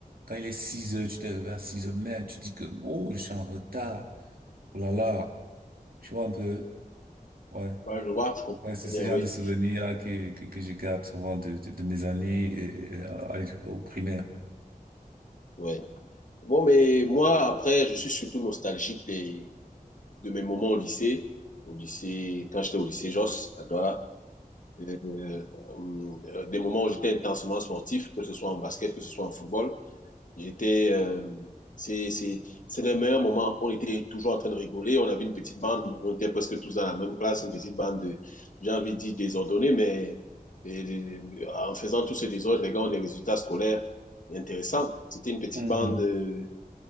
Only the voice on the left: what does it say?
Ouais, je vois, je comprends
bien,
oui.
Ouais. Bon, mais moi, après, je suis surtout nostalgique des, de mes moments au lycée. Au lycée, quand j'étais au lycée Josse, à Douala, euh, hum, euh, des moments où j'étais intensement sportif, que ce soit en basket, que ce soit en football. J'étais, euh, c'est, c'est, c'est le meilleur moment. On était toujours en train de rigoler. On avait une petite bande. On était presque tous dans la même classe, une petite bande de, j'ai envie de dire désordonnée, mais et, et, en faisant tous ce désordre, les gars ont des résultats scolaires intéressants. C'était une petite
bande euh,